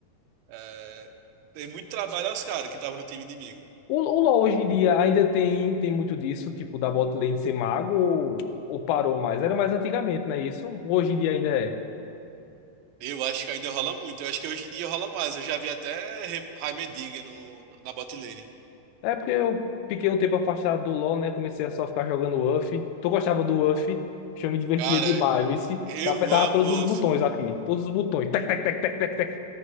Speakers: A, on the right; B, on the left.
A: é, dei muito trabalho aos caras que estavam no time inimigo.
B: O, o LoL hoje em dia ainda tem, tem muito disso, tipo da bot lane ser mago ou, ou parou mais? Era mais antigamente, não é isso? Hoje em dia ainda é.
A: Eu acho que ainda rola muito. Eu acho que hoje em dia rola mais. Eu já vi até He- Heimerdinger no, na bot lane.
B: É porque eu fiquei um tempo afastado do LoL, né? Comecei a só ficar jogando UF. Tu gostava do UF? Acho que Eu me divertia
A: Cara,
B: demais, vice.
A: eu
B: Eu apertava
A: amo
B: todos
A: o
B: os
A: Uff.
B: botões aqui. Todos os botões. Tec, tec, tec, tec, tec, tec.